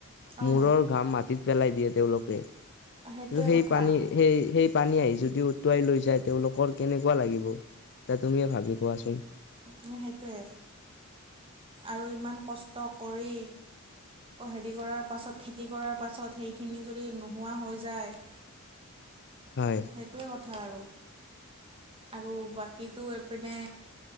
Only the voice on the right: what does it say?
অঁ
সেইটোৱে
কথা
উ উ সেইটোয়ে। আৰু ইমান কষ্ট কৰি হেৰি কৰাৰ পাছত খেতি কৰাৰ পাছত সেইখিনি যদি নোহোৱা হৈ যায়
সেইটোৱে কথা আৰু আৰু বাকীটো এইপিনে